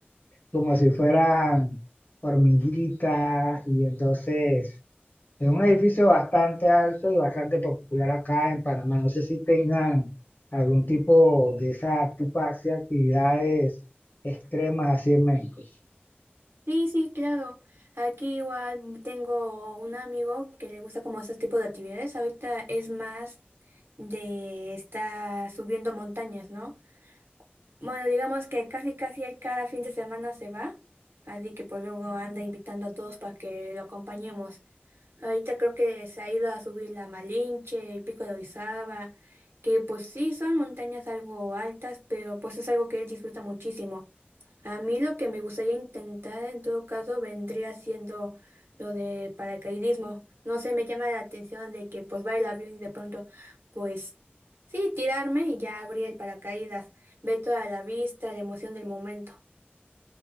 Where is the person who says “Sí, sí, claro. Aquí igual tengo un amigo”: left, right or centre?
Right